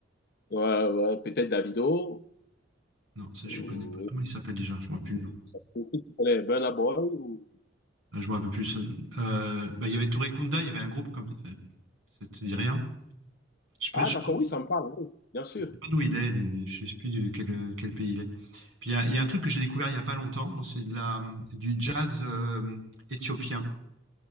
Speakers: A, on the left; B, on the right.
A: Ouais, ouais, peut-être Davido.
B: Non, ça
A: ou-
B: je connais pas. Comment il s'appelle déjà? Je m'en rappelle plus le nom.
A: Tu connais Burna Boy ou-
B: Ah, Je m'en rappelle plus. son- Euh, bah, il y avait Touré Kunda, il y avait un groupe comme euh, ça. te dit rien? Je peux,
A: Ah,
B: je,
A: d'accord, oui, ça me parle, oui, bien sûr.
B: je sais pas d'où il est, lui. Je sais plus de quel, quel pays il est. Puis il y a, il y a un truc que j'ai découvert il y a pas longtemps. Bon, C'est de la, du jazz euh, éthiopien.